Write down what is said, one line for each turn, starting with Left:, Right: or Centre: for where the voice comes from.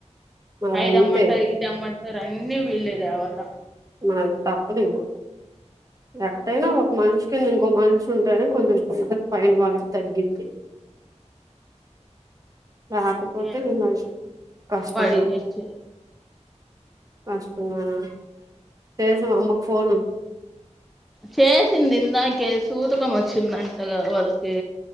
Right: మరి
Centre: అయ్
Right: అంతే
Centre: దెమన్టర్ ఇద్ దెమన్టర్ అన్ని వీలే దేవాలా
Right: మర్ తప్పదింగా ఎటైనా ఒక్ మన్ష్ కింద ఇంకో మన్ష్ ఉంటేనే కొంచెం పైన వాళ్ళకి తగ్గిద్ది లేకపోతే
Centre: ఇంకేమి
Right: ఇంగ కష్టం
Centre: వాడి
Right: గదా
Centre: చే
Right: <unintelligible> చేసావ అమ్మక్ ఫోను
Centre: చేసింది ఇందాకే సూతకం వచ్చిందంటగా వాళ్ళకి